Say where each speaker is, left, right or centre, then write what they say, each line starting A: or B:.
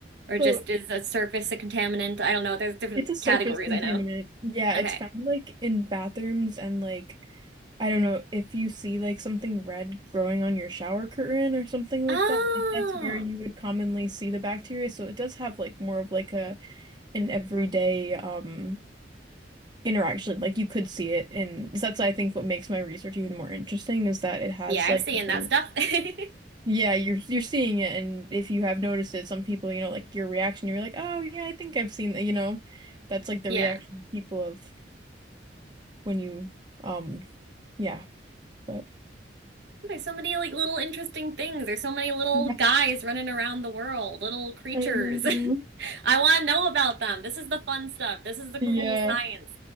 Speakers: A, on the right; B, on the right.
A: or just
B: So
A: is a surface a contaminant? I don't know. There's different
B: It's a surface
A: categories
B: contaminant.
A: I know.
B: Yeah,
A: Okay.
B: it's found like in bathrooms and like I don't know if you see like something red growing on your shower curtain or something like
A: Oh,
B: that. Like that's where you would commonly see the bacteria. So it does have like more of like a an everyday um interaction. Like you could see it in that's I think what makes my research even more interesting is that it has
A: yeah,
B: like
A: I've seen that
B: a-
A: stuff. <laughs>
B: yeah, you're you're seeing it and if you have noticed it, some people, you know, like your reaction, you're like, "Oh, yeah, I think I've seen that," you know. That's like the
A: Yeah.
B: reaction people have when you um yeah but
A: There's so many like little interesting things. There's so many little
B: Yeah.
A: guys running around the world, little creatures.
B: <laughs> I know.
A: <laughs> I want to know about them. This is the fun stuff. This is the cool
B: yeah
A: science